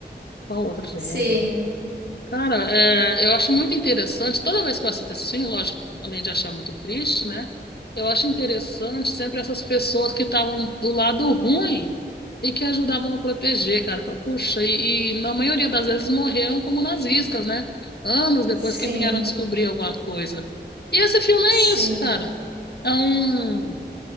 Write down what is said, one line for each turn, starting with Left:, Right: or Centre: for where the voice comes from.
Left: Qual outro filme? Vamos
Right: Sim,
Left: ver. Cara, é, eu acho muito interessante. Toda vez que eu assisto esse filme, lógico, além de achar muito triste, né? Eu acho interessante sempre essas pessoas que estavam do lado ruim e que ajudavam a proteger, cara. Eu falo, Puxa, e, e na maioria das vezes morreram como nazistas, né? Anos depois
Right: sim,
Left: que vieram descobrir alguma coisa. E esse filme é
Right: sim.
Left: isso, cara. É um